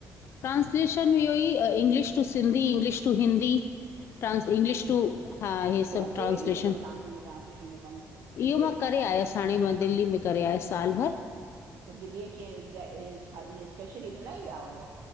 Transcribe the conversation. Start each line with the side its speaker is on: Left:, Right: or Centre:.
Left: ट्रांस्लेशन में इहो, ई English to Sindhi, English to Hindi.
Right: <inaudible>
Left: Trans English to हा इहे
Right: त
Left: सब
Right: उहो
Left: ट्रांसलेशन
Right: केरु ॾींदो अथव तव्हांखे इहो ट्रांस्लेशन जो कमु
Left: इहो
Right: हिते
Left: मां करे
Right: त
Left: आयसि। हाणे, मा दिलली में करे आयस साल भर।
Right: त दिल्लीअ कीअं ए स्पेसियली इन लाइ ही विया हुयुव?